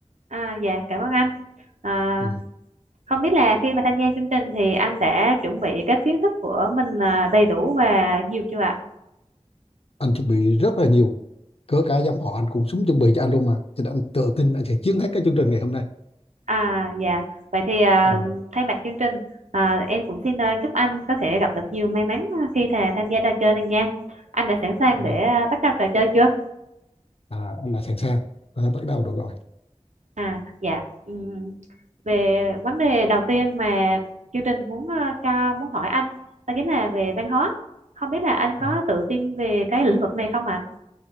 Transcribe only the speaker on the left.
ừ.
anh chuẩn bị rất là nhiều cỡ cả dòng họ anh cũng súng chuẩn bị cho anh luôn mà cho nên anh tự tin anh sẽ chiến thắng cái chương trình ngày hôm nay
à,
à,
rồi
à, anh đã sẵn sàng tôi đã bắt đầu được rồi
Đó.